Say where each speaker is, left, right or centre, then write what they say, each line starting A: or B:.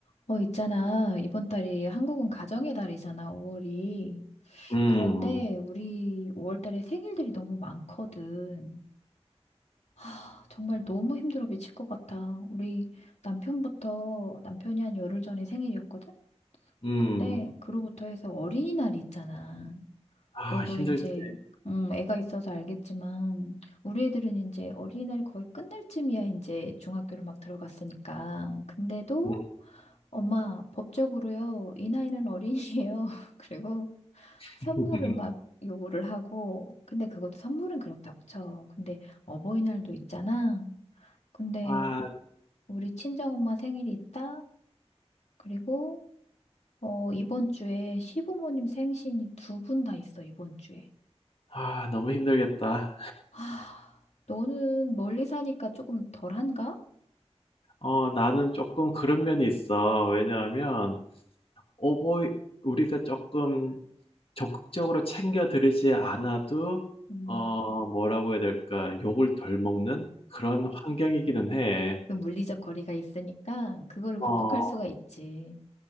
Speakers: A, on the left; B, on the left.
A: 어, 있잖아. 이번 달이 한국은 가정의 달이잖아, 5월이.
B: 음.
A: 그런데 우리 5월 달에 생일들이 너무 많거든. 아, 정말 너무 힘들어 미칠 것 같아. 우리 남편부터, 남편이 한 열흘 전에 생일이었거든?
B: 음.
A: 근데 그로부터 해서 어린이날이 있잖아.
B: 아,
A: 너도
B: 힘들지.
A: 이제, 음, 애가 있어서 알겠지만, 우리 애들은 이제 어린이날이 거의 끝날 쯤이야, 이제 중학교를 막 들어갔으니까. 근데도
B: 음.
A: 엄마, 법적으로요, 이 나이는 어린이에요. <laughs> 그리고
B: <laughs>
A: 선물을 막 요구를 하고, 근데 그것도 선물은 그렇다고 쳐. 근데 어버이날도 있잖아. 근데
B: 아,
A: 우리 친정엄마 생일이 있다. 그리고, 어, 이번 주에 시부모님 생신이 두 분 다 있어, 이번 주에.
B: 아, 너무 힘들겠다.
A: 아, 너는 멀리 사니까 조금 덜한가?
B: 어, 나는 조금 그런 면이 있어. 왜냐하면, 오버이, 우리가 조금 적극적으로 챙겨드리지 않아도,
A: 음,
B: 어, 뭐라고 해야 될까, 욕을 덜 먹는 그런 환경이기는 해.
A: 그 물리적 거리가 있으니까 그거를
B: 어,
A: 극복할 수가 있지.